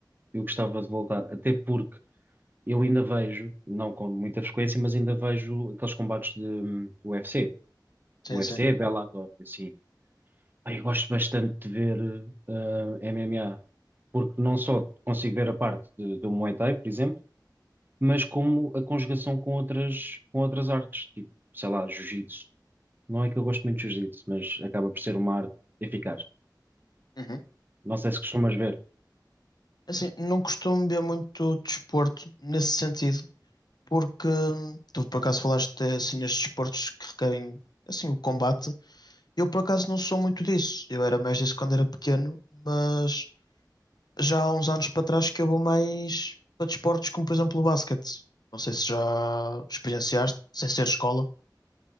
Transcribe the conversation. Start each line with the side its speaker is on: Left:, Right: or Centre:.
Right: eu gostava de voltar, até porque eu ainda vejo, não com muita frequência, mas ainda vejo aqueles combates de hum, UFC.
Left: Sim,
Right: UFC
Left: sim.
Right: é Bellator, assim. Pá, eu gosto bastante de ver ah, MMA, porque não só consigo ver a parte de- do Muay Thai, por exemplo, mas como a conjugação com outras, com outras artes, tipo, sei lá, Jiu-Jitsu. Não é que eu gosto muito de Jiu-Jitsu, mas acaba por ser uma arte eficaz.
Left: Uhum.
Right: Não sei se costumas ver.
Left: Assim, não costumo ver muito desporto nesse sentido. porque hum, tu por acaso falaste assim nestes esportes que requerem assim o combate. Eu por acaso não sou muito disso. Eu era mais disso quando era pequeno, mas já há uns anos para trás que eu vou mais para desportos como por exemplo o basquete. Não sei se já experienciaste, sem ser escola.